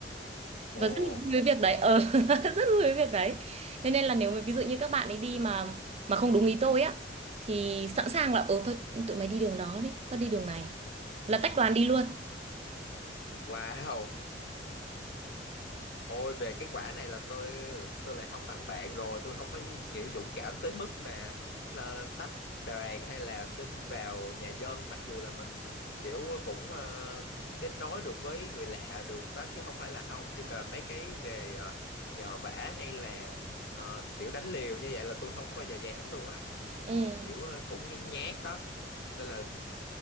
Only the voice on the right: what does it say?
và
rất vui với việc đấy ờ <laughs> rất vui với việc đấy thế nên là nếu mà ví dụ như các bạn ấy đi mà mà không đúng ý tôi á thì sẵn sàng là ừ thôi tụi mày đi đường đó đi tao đi đường này là tách đoàn đi luôn
ừ